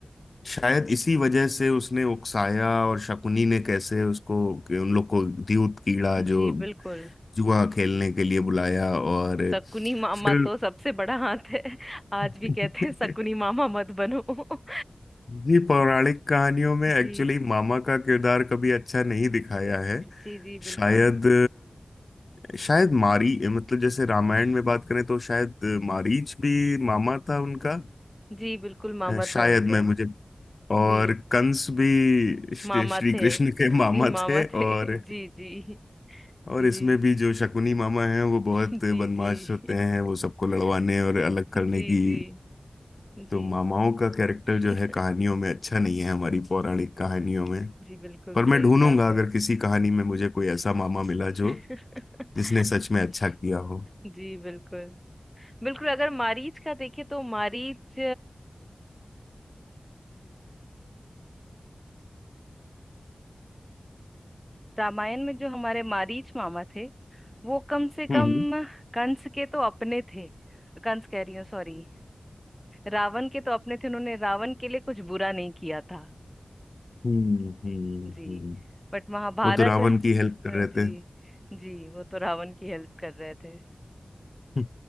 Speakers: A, on the left; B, in the centre.
A: शायद इसी वजह से उसने उकसाया और शकुनी ने कैसे उसको कि उन लोग को द्यूत कीड़ा
B: जी
A: जो
B: बिल्कुल
A: जुआ खेलने के लिए बुलाया और
B: शकुनी मामा
A: फिर
B: तो सबसे बड़ा हाथ है आज
A: <laughs>
B: भी कहते हैं शकुनी मामा मत बनो <laughs>
A: जी पौराणिक कहानियों में एक्चुअली
B: जी
A: मामा का किरदार कभी अच्छा नहीं दिखाया है
B: जी जी बिल्कुल
A: शायद शायद मारी मतलब जैसे रामायण में बात करें तो शायद मारीच भी मामा था उनका
B: जी बिल्कुल मामा
A: शायद
B: था उनके
A: मैं मुझे और
B: जी
A: कंस भी श्री
B: मामा
A: श्री
B: थे
A: कृष्ण के मामा
B: जी मामा
A: थे
B: थे
A: और
B: <laughs> जी जी
A: और
B: जी
A: इसमें भी जो शकुनी मामा हैं वो बहुत
B: जी
A: बदमाश
B: जी
A: होते
B: <laughs>
A: हैं वो सबको लड़वाने और अलग करने
B: जी
A: की
B: जी
A: तो
B: जी
A: मामाओं का कैरेक्टर
B: <laughs>
A: जो है कहानियों में अच्छा नहीं है हमारी पौराणिक कहानियों में
B: जी बिल्कुल
A: पर
B: सही
A: मैं ढूंढूंगा
B: कहा आपने
A: अगर किसी कहानी में मुझे कोई ऐसा मामा मिला जो
B: <laughs>
A: जिसने सच में अच्छा किया हो
B: जी बिल्कुल बिल्कुल अगर मारीच का देखे तो मारीच रामायण में जो हमारे मारीच मामा थे वो कम से कम
A: हम्म
B: कंस के तो अपने थे कंस कह रही हूँ सॉरी रावण के तो अपने थे उन्होंने रावण के लिए कुछ बुरा नहीं किया था
A: हम्म हम्म
B: जी
A: हम्म।
B: बट महाभारत
A: वो तो रावण
B: हाँ,
A: की हेल्प कर रहे
B: जी जी वो तो रावण की हेल्प कर रहे थे
A: थे